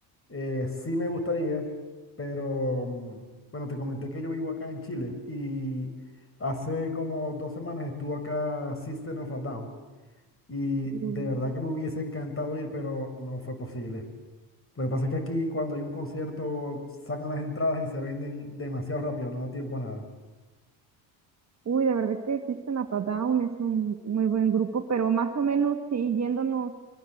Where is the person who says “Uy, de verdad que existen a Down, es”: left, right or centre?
Right